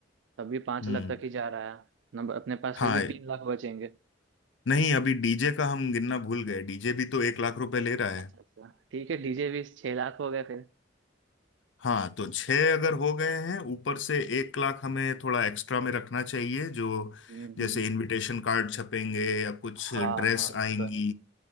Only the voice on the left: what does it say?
हम्म
हाँ
नहीं अभी डीजे का हम गिनना भूल गए डीजे भी तो एक लाख रुपए ले रहा
हाँ तो छः अगर हो गए हैं ऊपर से एक लाख हमें थोड़ा एक्स्ट्रा में रखना चाहिए जो
जैसे
इनविटेशन कार्ड छपेंगे या कुछ
ड्रेस
आएंगी